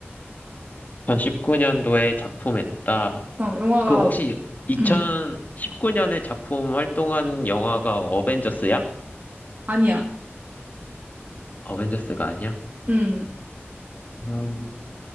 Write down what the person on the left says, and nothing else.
2019년도에 작품했다.
그 혹시 2019년에
작품 활동한 영화가 어벤져스야?
어벤져스가 아니야?
음,